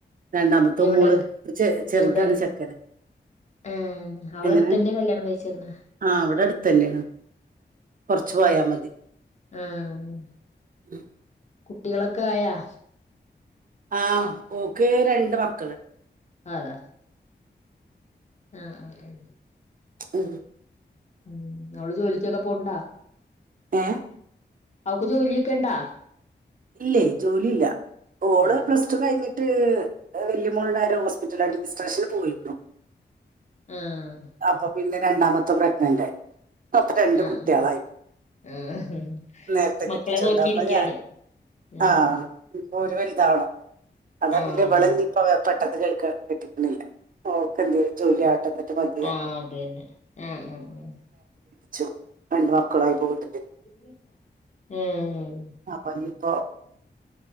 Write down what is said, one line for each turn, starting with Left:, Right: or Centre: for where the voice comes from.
Right: രണ്ടാമത്ത
Left: എവിടെ
Right: മോള് ചെ ചെറുതാണ്
Left: എവിടെ
Right: ചെക്കനേ
Left: ആഹ് അവളടുത്തന്നെ
Right: എങ്ങനെ
Left: കല്യാണം കഴിച്ചേക്കണെ
Right: ആ അവിടെ അടുത്തന്നെയാണ് കൊറച്ച് പോയാ മതി
Left: ഉം
Right: ഉം
Left: കുട്ടികളൊക്കെ ആയാ?
Right: ആഹ് ഓക്ക് രണ്ട് മക്കള്
Left: ആതാ ആഹ് ആഹ് ആഹ്
Right: ഉം
Left: ഉം അവള് ജോലിക്കൊക്കെ പോണ്ടാ?
Right: ഏ
Left: അവക്ക് ജോലിയൊക്കെ ഇണ്ടാ?
Right: ഇല്ലേ ജോലി ഇല്ല ഓള്
Left: ഇല്ല
Right: പ്ലസ് ടു കഴിഞ്ഞിട്ട് വല്യ മോൾടെ ആരോ ഹോസ്പിറ്റൽ അഡ്ജിസ്ട്രേഷൻ പോയിരുന്നു
Left: ആഹ്
Right: അപ്പൊ പിന്നെ രണ്ടാമത്തെ പ്രഗ്നന്റ് ആയി ഇപ്പ അവക്ക് രണ്ട്
Left: ആഹ് ആഹ്
Right: കുട്ടികളായി.
Left: ആഹ്
Right: നേരത്തെ
Left: മക്കളെ
Right: കെട്ടിച്ചോണ്ട്
Left: നോക്കിയിരിക്കയാണ്
Right: അപ്പൊ ഞാൻ
Left: ഉം
Right: ആഹ് ഇപ്പൊ ഓര് വൽ ഇതാവണം എന്നാ
Left: ആഹ്
Right: പിന്നെ ഇവളെ
Left: അതന്നെ
Right: ഇഞ്ഞിപ്പ പെട്ടെന്ന് കഴി ക് കെട്ടിക്കണില്ല അവക്ക് എന്തേലും ജോലി ആവട്ടെ എന്നിട്ട് മതി
Left: ആഹ് അതന്നെ ആഹ് ആഹ് ആഹ്
Right: ച്ചോ രണ്ട് മക്കളായി പോയിട്ട്
Left: ഉം
Right: അപ്പൊ ഇനിയിപ്പോ